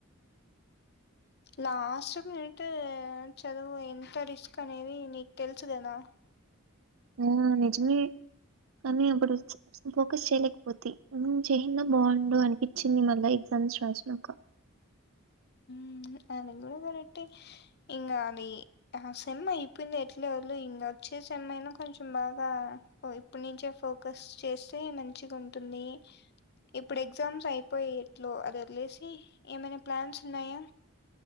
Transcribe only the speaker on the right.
ఆ నిజ్ మే కాని అపుడు ఫోకస్ చేయలేకపోతి హ్మ్ చేయిన్ నా బాగుండు అనిపిచింది మళ్ళా ఎగ్ వన్స్ రషీనక